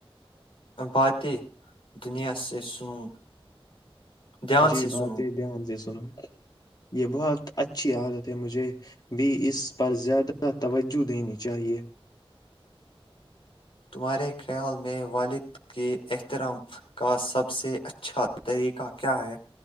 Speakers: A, on the left; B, on the left.
A: باتیں دنیا سے سنوں دھیان
B: جی
A: سے سنوں
B: بات ہے دھیان سے سنو یہ بہت اچھی عادت ہے مجھے بھی اس پر زیادہ توجہ دینی چاہیے
A: تمہارے خیال میں والد کے احترام کا سب سے اچھا طریقہ کیا ہے